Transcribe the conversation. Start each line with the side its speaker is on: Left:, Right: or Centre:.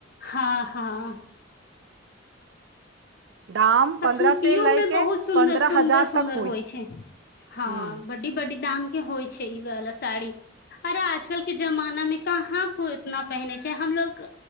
Left: हँ हँ
Right: दाम
Left: आ
Right: पन्द्रह
Left: सूतियो
Right: से लयके
Left: मे बहुत सुन्दर
Right: पन्द्रह
Left: सुन्दर
Right: हजार
Left: सुन्दर
Right: तक
Left: होइ छै हँ
Right: हूँ
Left: बड्डी बड्डी दाम के होइ छै ई वला साड़ी अरे आजकल के जमाना मे कहाँ को इतना पहिने छै हमलोग